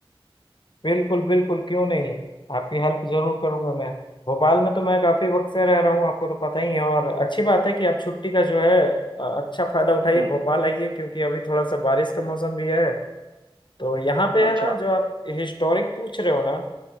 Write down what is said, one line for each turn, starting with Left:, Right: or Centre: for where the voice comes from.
Left: बिल्कुल बिल्कुल क्यों नहीं आपकी हेल्प जरूर करूंगा मैं भोपाल में तो मैं काफी वक्त से रह रहा हूँ आपको तो पता ही है और अच्छी बात है कि आप छुट्टी का जो है अ, अच्छा फायदा उठाइए
Right: हम्म
Left: भोपाल आइए क्योंकि अभी थोड़ा सा बारिश का मौसम भी है तो यहाँ पे
Right: हम्म,
Left: है
Right: अच्छा
Left: ना जो आप हिस्टोरिक पूछ रहे हो ना